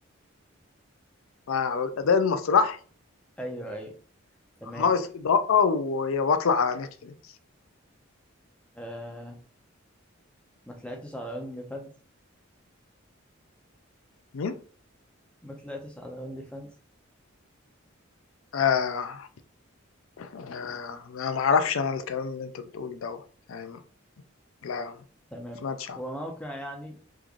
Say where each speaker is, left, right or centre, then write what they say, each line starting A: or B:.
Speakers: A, on the left; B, in the centre.
A: فعلى الأداء المسرحي
B: ايوه ايوه تمام
A: كان ناقص إضاءة و- وأطلع على نتفليكس
B: آه ما طلعتش على اونلي فانز
A: مين؟
B: ما طلعتش على اونلي فانز
A: آه آه أنا ما أعرفش أنا الكلام اللي أنت بتقول دوت يعني لا ما
B: تمام
A: سمعتش عنه
B: هو موقع يعني